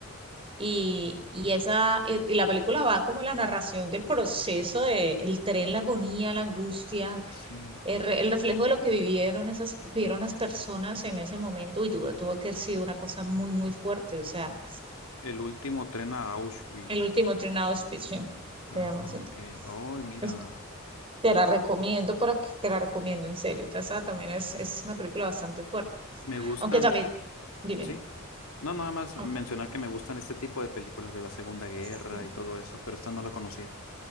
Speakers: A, on the right; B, on the left.
A: Y, y esa, y y la película va como la narración del proceso de el tren, la agonía, la angustia,
B: sí,
A: el, re- el reflejo de lo que vivieron esas, vivieron las personas en ese momento y tuvo, tuvo que haber sido una cosa muy,
B: ok.
A: muy fuerte. O sea,
B: El último tren a Auschwitz.
A: el último tren a Auschwitz, sí,
B: Ah,
A: se llama así.
B: ok, oh, mira.
A: Es- te la recomiendo para que te la recomiendo en serio. O sea, esa también es, es una película bastante fuerte.
B: Me gustan
A: Aunque también, dime.
B: Sí. No, nada más
A: Ah,
B: mencionar que me gustan este tipo de películas de la Segunda Guerra
A: sí.
B: y todo eso, pero esta no la conocía.